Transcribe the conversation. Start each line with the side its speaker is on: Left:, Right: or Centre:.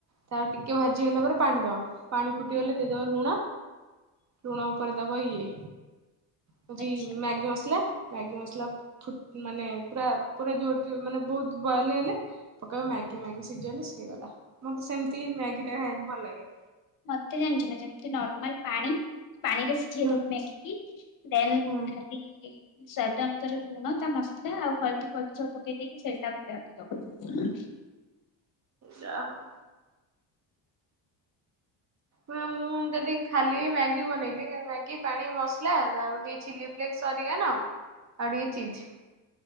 Right: ତା ଟିକେ ଭାଜିଗଲା ପରେ ପାଣି ଦବା ପାଣି ଫୁଟିଗଲେ
Left: ହୁଁ।
Right: ଦେଇଦବ ଲୁଣ ଲୁଣ ଉପରେ ଦବ ଇଏ ମାଗି ହଉଚି
Left: ଆଛା
Right: ମସଲା। ମ୍ୟାଗି ମସଲା ଫୁ ମାନେ ପୁରା ପୁରା ଜୋରୋ ଜୋର ମାନେ ବହୁତ ବଏଲ ହେଲେ ପକେଇବା ମ୍ୟାଗି ମଗି ସିଝିଲେ ସିଗଲା ମତେ ସେମିତି ମ୍ୟାଗି ଟା ଖାଇବାକୁ ଭଲ ଲାଗେ।
Left: ମତେ ଜାଣିଛ ନା ଯେମତି ନର୍ମାଲ ପାଣି। ପାଣିରେ ସିଝେଇଦବ
Right: ହୁଁ
Left: ମ୍ୟାଗିକି ଦେନ୍
Right: ହୁଁ।
Left: ଖାଲି ସାଧାନ ତର ଲୁଣ ତା ମସଲା ଆଉ ହଳଦୀ ଫଳଦି ସବୁ ପକେଇ ଦେଇକି ସେଇଟାବ।
Right: ଯାହାଉ। ମାମ ମୁଁ ଯଦି ଖାଲି ମ୍ୟାଗି ବନେଇଲି ମାଗି ପାଣି ମସଲା ଆଉ ଟିକେ ଛିଲି ଫ୍ଲେଗ ସରିଗଲ ଆଉ ଟିକେ ଚିଜ।